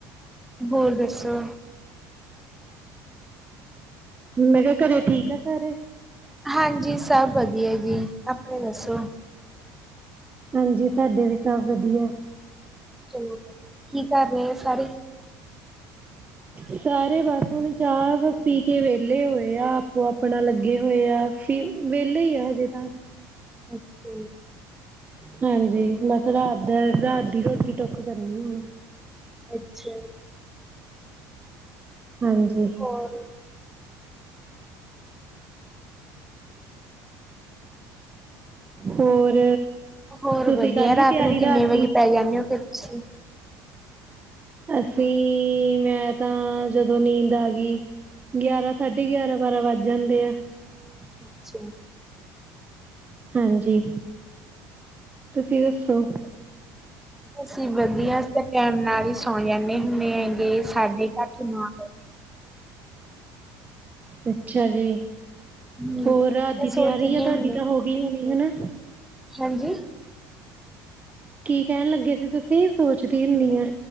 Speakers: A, in the centre; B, on the right.
A: ਹੋਰ ਦੱਸੋ
B: ਮੈਂ ਕੇਆ ਘਰੇ ਠੀਕ ਆ ਸਾਰੇ?
A: ਹਾਂਜੀ, ਸਭ ਵਧੀਆ ਜੀ, ਅਪਣੀ ਦੱਸੋ
B: ਹਾਂਜੀ, ਸਾਡੇ ਵੀ ਸਭ ਵਧੀਆ।
A: ਚਲੋ, ਕੀ ਕਰ ਰੇਆ ਸਾਰੇ?
B: ਹ ਸਾਰੇ ਬਸ ਹੁਣ ਚਾਹ ਪੀ ਕੇ ਵੇਲੇ ਹੋਏ ਆ ਆਪੋ ਆਪਣਾ ਲੱਗੇ ਹੋਏ ਆ। ਵੇਲੇ ਈ ਆ ਹਜੇ ਤਾਂ।
A: ਅੱਛਾ ਜੀ।
B: ਹਾਂਜੀ, ਬਸ ਰਾਤ ਰਾਤ ਦੀ ਰੋਟੀ ਟੁੱਕ ਕਰਨੀ ਹੁਣ।
A: ਅੱਛਾ ਜੀ।
B: ਹਾਂਜੀ।
A: ਹੋਰ
B: ਹੋਰ।
A: ਹੋਰ
B: ਤੁਸੀਂ
A: ਵਧੀਆ,
B: ਕਰ ਲਈ
A: ਰਾਤ
B: ਤਿਆਰੀ
A: ਨੂੰ ਕਿੰਨੇ ਵਜੇ
B: ਦੀ
A: ਪੈ ਜਾਂਣੇ ਓ ਫਿਰ ਤੁਸੀਂ।
B: ਅਸੀਂ, ਮੈਂ ਤਾਂ ਜਦੋਂ ਨੀਂਦ ਆ ਗੀ। ਗਿਆਰਾਂ ਸਾਢੇ ਗਿਆਰਾਂ, ਬਾਰਾਂ ਵੱਜ ਜਾਂਦੇ ਆਂ।
A: ਅੱਛਾ।
B: ਹਾਂਜੀ, ਤੁਸੀਂ ਦੱਸੋ।
A: ਅਸੀਂ ਵਧੀਆ, ਅਸੀਂ ਤਾਂ ਟੈਮ ਨਾਲ ਈ ਸੌ ਜਾਂਣੇ ਹੁੰਣੇ ਹੈਗੇ, ਸਾਢੇ ਕ ਅੱਠ ਨੋ ਵਜੇ।
B: ਅੱਛਾ ਜੀ,
A: ਹੂੰ,
B: ਹੋਰ
A: ਮੈਂ
B: ਰਾਤ ਦੀ
A: ਸੋਚਦੀ
B: ਤਿਆਰੀ ਆ
A: ਹੁੰਦੀ
B: ਤਾਡੀ ਤਾਂ ਹੋ ਗੀ ਹੋਣੀ, ਹਨਾਂ?
A: ਹਾਂਜੀ?
B: ਕੀ ਕਹਿਣ ਲੱਗੇ ਸੀ ਤੁਸੀਂ, ਸੋਚਦੀ ਹੁੰਨੀ ਐ।